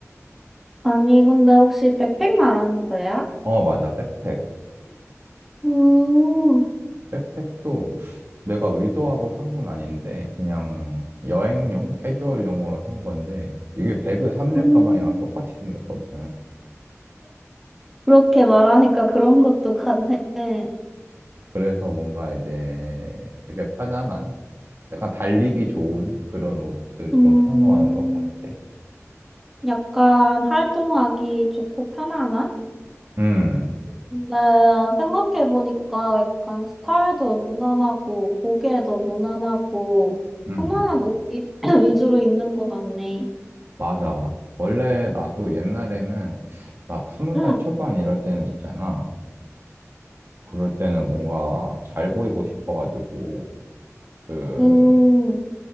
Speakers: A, in the centre; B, on the right (about 45°).
A: 아니, 근데 혹시 백팩 말하는 거야?
B: 어, 맞아. 백팩.
A: 음,
B: 백팩도 내가 의도하고 산 건 아닌데 그냥 여행용 캐주얼용으로 산 건데 이게 배그 삼립
A: 음.
B: 가방이랑 똑같이 생겼거든.
A: 그렇게 말하니까 그런 것도 같네. 예.
B: 그래서 뭔가 이제 되게 편안한 약간 달리기 좋은 그런 옷을
A: 음,
B: 좀 선호하는 것 같아.
A: 약간 활동하기 좋고 편안한?
B: 음,
A: 근데 생각해보니까 약간 스타일도 무난하고, 보기에도 무난하고,
B: 음,
A: 편안한 옷 입- <clears throat> 위주로 입는 것 같네.
B: 맞아. 원래 나도 옛날에는 막 스무
A: 응,
B: 살 초반 이럴 때는 있잖아. 그럴 때는 뭔가 잘 보이고 싶어가지고, 그,
A: 음,